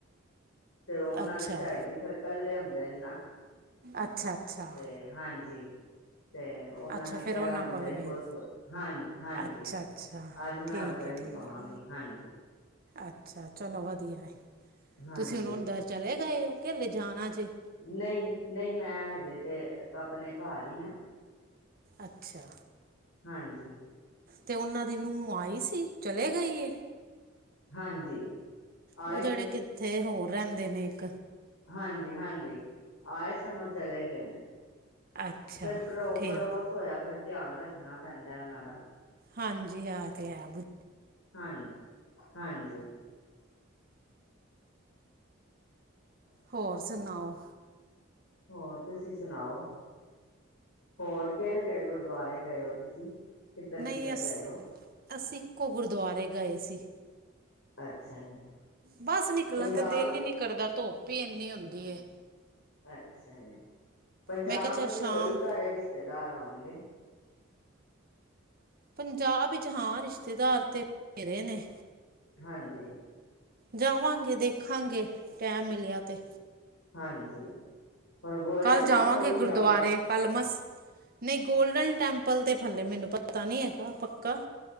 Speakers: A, on the left; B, on the right.
A: ਤੇ ਉਹਨਾਂ
B: ਅੱਛਾ
A: ਦੇ ਝਾਈ ਜੀ ਫਿਰ ਕੱਲੇ ਹੁੰਦੇ ਨੇ ਨਾ।
B: ਅੱਛਾ ਅੱਛਾ
A: ਤੇ ਹਾਂਜੀ। ਤੇ ਉਹਨਾਂ
B: ਅੱਛਾ
A: ਨੇ
B: ਫਿਰ
A: ਕਿਆ
B: ਉਹਨਾਂ
A: ਅੱਜ ਮੇਰੇ ਕੋਲ
B: ਗਏ
A: ਸੋ ਹਾਂ ਹਾਂਜੀ।
B: ਅੱਛਾ ਅੱਛਾ
A: ਅੱਜ ਮੈਂ
B: ਠੀਕ
A: ਉੱਧਰ
B: ਹੈ
A: ਹੀ
B: ਠੀਕ
A: ਸੋਵਾਂਗੀ ਹਾਂਜੀ।
B: ਅੱਛਾ ਚਲੋ ਵਧੀਆ ਹੈ
A: ਹਾਂਜੀ
B: ਤੁਸੀਂ ਹੁਣ ਉਂਦਰ ਚਲੇ ਗਏ ਹੋ ਕੇ ਹੱਲੇ ਜਾਣਾ ਜੇ।
A: ਨਈ-ਨਈ ਮੈਂ ਹਜੇ ਤੇ ਆਪਣੇ ਘਰ ਈ ਆਂ।
B: ਅੱਛਾ
A: ਹਾਂਜੀ
B: ਤੇ ਉਹਨਾਂ ਦੀ ਨੂੰਹ ਆਈ ਸੀ ਚਲੇ ਗਈ ਏ।
A: ਹਾਂਜੀ ਆਏ
B: ਓ ਜਿਹੜੇ ਕਿੱਥੇ ਹੋਰ ਰੈਂਦੇ ਨੇ ਇੱਕ
A: ਹਾਂਜੀ-ਹਾਂਜੀ ਆਏ ਸਨ ਓ ਚਲੇ ਗਏ ਨੇ।
B: ਅੱਛਾ
A: ਫਿਰ ਪੜੋ
B: ਠੀਕ
A: ਪੜੋਸ ਹੋਇਆ ਫਿਰ ਧਿਆਨ ਰੱਖਣਾ ਪੈਂਦਾ ਉਹਨਾਂ ਦਾ
B: ਹਾਂਜੀ ਐ ਤੇ ਹੈ ਬ
A: ਹਾਂ ਹਾਂਜੀ।
B: ਹੋਰ ਸੁਣਾਓ।
A: ਹੋਰ ਤੁਸੀਂ ਸੁਣਾਓ ਹੋਰ ਕੇੜੇ ਕੇੜੇ ਗੁਰਦੁਆਰੇ ਗਏ ਓ ਤੁਸੀਂ ਕਿੱਧਰ ਕਿੱਧਰ
B: ਨਈ ਅਸੀ-ਅਸੀਂ
A: ਗਏ ਹੋ
B: ਇੱਕੋ ਗੁਰਦੁਆਰੇ ਗਏ ਸੀ।
A: ਅੱਛਾ ਜੀ
B: ਬਸ ਨਿਕਲਣ
A: ਪੰਜਾਬ
B: ਤੇ ਦਿਲ ਹੀ ਨੀ ਕਰਦਾ ਧੁੱਪ ਇੰਨੀ ਹੁੰਦੀ ਏ
A: ਅੱਛਾ ਜੀ ਪੰਜਾਬ
B: ਮੈਂ ਕਿਹਾ ਚੱਲ
A: 'ਚ
B: ਸ਼ਾਮ
A: ਤੇ ਹੋਰ ਵੀ ਤੁਹਾਡੇ ਰਿਸ਼ਤੇ ਰਿਸ਼ਤੇਦਾਰ ਹੋਣਗੇ।
B: ਪੰਜਾਬ ਵਿੱਚ ਹਾਂ ਰਿਸ਼ਤੇਦਾਰ ਤੇ <unintelligible> ਰੇ ਨੇ।
A: ਹਾਂਜੀ
B: ਜਾਵਾਂਗੇ ਦੇਖਾਂਗੇ ਟੈਮ ਮਿਲਿਆ ਤੇ
A: ਹਾਂਜੀ ਹੁਣ ਗੋਲਡਨ
B: ਕੱਲ ਜਾਵਾਂਗੇ
A: ਟੈਂਪਲ ਵੀ
B: ਗੁਰਦੁਆਰੇ
A: ਜਾਓਗੇ।
B: ਕੱਲ ਮਸ ਨਈ ਗੋਲਡਨ ਟੈਂਪਲ ਤੇ ਫ ਲੇ ਮੈਨੂੰ ਪਤਾ ਨਈ ਹੈਗਾ ਪੱਕਾ